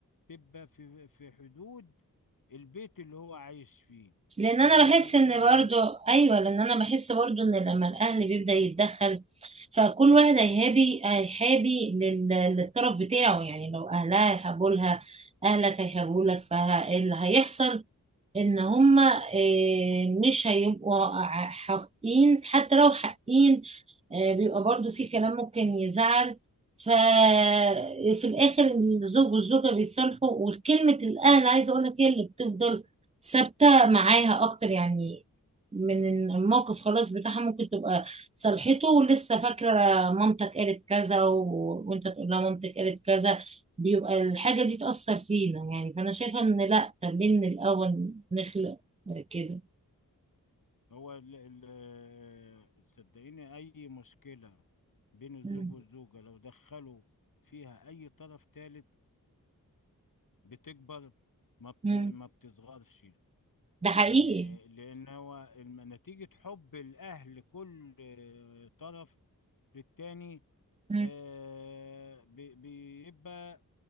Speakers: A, on the left; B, on the right.
A: تبقى في في حدود البيت اللي هو عايش فيه
B: لان
A: ولا
B: انا
A: انت
B: بحس
A: ايه
B: ان
A: رايك
B: برضو ايوه لان انا بحس برضو ان لما الاهل بيبدا يتدخل فكل واحد هيهابي هيحابي لل- للطرف بتاعه يعني لو اهلها هيحبوا لها اهلك هيحبوا لك فاللي هيحصل ان هما آه، مش هيبقوا ع- حقين حتى لو حقين آه، بيبقى برضو في كلام ممكن يزعل ففي الاخر الزوج والزوجة بيصالحوا وكلمة الاهل عايزة اقول لك هي اللي بتفضل ثابتة معاها اكتر يعني من الموقف خلاص بتاعها ممكن تبقى صالحته ولسه فاكرة مامتك قالت كذا و... وانت تقول لها مامتك قالت كذا بيبقى الحاجة دي تأثر فينا يعني فأنا شايفة إن لأ طب ليه من الأول نخلق كده
A: هو ال- ال- آه، صدقيني اي مشكله بين الزوج
B: مم.
A: والزوجه لو دخلوا فيها اي طرف ثالث بتكبر ما بت
B: مم.
A: ما بتصغرش
B: ده حقيقي
A: يعني لأن هو الم- نتيجة حب الأهل كل آه، طرف للتاني
B: مم.
A: آه، بي- بيبقى